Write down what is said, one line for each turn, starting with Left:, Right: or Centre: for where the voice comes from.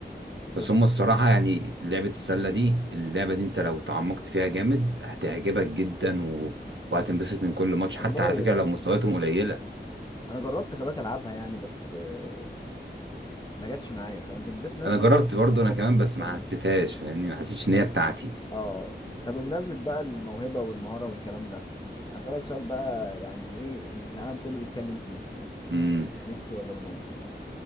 Right: بس
Left: طب
Right: هم الصراحة يعني لعبة السلة دي اللعبة دي انت لو تعمقت فيها جامد هتعجبك جدا و... وهتنبسط من كل ماتش
Left: والله
Right: حتى على فكرة لو مستوياتهم قليلة
Left: انا جربت خباك العبها يعني بس آه، ما جاتش معايا فاهم بالذات ان انا
Right: انا
Left: كنت
Right: جربت
Left: بحب الكوره
Right: برضو انا كمان
Left: برضه
Right: بس
Left: فاهم
Right: ما حسيتهاش فاهمني ما حسيتش ان هي بتاعتي
Left: اه طب بمناسبة بقى الموهبة والمهارة والكلام ده أسألك سؤال بقى يعني ايه اللي العالم كله بيتكلم فيه
Right: امم
Left: ميسي ولا رونالدو